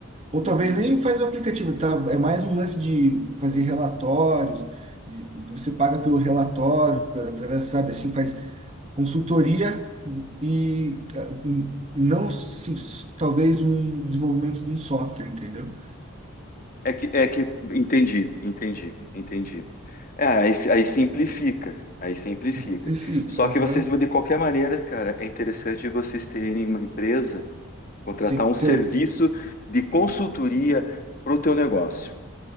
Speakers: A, on the right; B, on the left.
A: ou
B: Uhum.
A: talvez nem faz o aplicativo, tá? É mais um lance de fazer relatórios, de- você paga pelo relatório, através, sabe, assim, faz consultoria e, ah, e não se- talvez um desenvolvimento de um software, entendeu?
B: É que, é que entendi, entendi, entendi. É, aí, aí simplifica, aí simplifica.
A: Simplifica.
B: Só que
A: aham.
B: vocês, de qualquer maneira, cara, é interessante vocês terem uma empresa, contratar
A: Tem
B: um
A: que ter,
B: serviço
A: o-
B: de consultoria para o teu negócio.